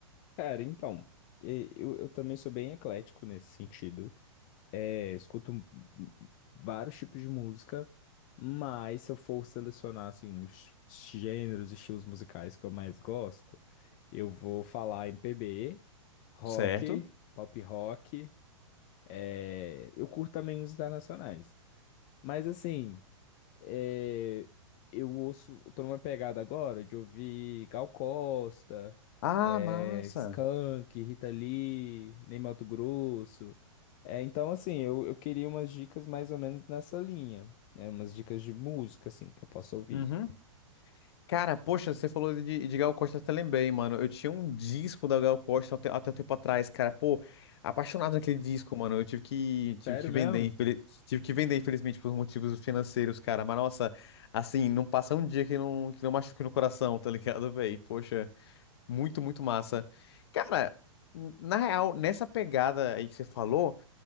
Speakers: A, on the left; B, on the left.
A: Cara, então, e- eu, eu também sou bem eclético nesse sentido. É, eu escuto vários tipos de música, mas se eu for selecionar assim, os gêneros e estilos musicais que eu mais gosto, eu vou falar MPB, rock,
B: Certo?
A: pop rock. é, eu curto também os internacionais. Mas assim, é, eu ouço, eu tô numa pegada agora de ouvir Gal Costa,
B: Ah,
A: é,
B: massa.
A: Skank, Rita Lee, Ney Matogrosso. É, então, assim, eu, eu queria umas dicas mais ou menos nessa linha, né? Umas dicas de música, assim, que eu posso ouvir.
B: Uhum. Cara, poxa, você falou de, de Gal Costa, eu até lembrei, mano. Eu tinha um disco da Gal Costa até, até um tempo atrás, cara. Pô, apaixonado naquele disco, mano. Eu tive que, tive
A: Sério
B: que vender,
A: mesmo?
B: infeli- tive que vender, infelizmente, por motivos financeiros, cara. Mas, nossa, assim, não passa um dia que não, que não machuque no coração, tá ligado, velho? Poxa. Muito, muito massa. Cara, n- na real, nessa pegada aí que você falou,